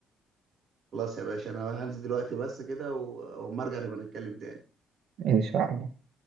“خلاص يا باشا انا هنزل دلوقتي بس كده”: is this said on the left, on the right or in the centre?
Right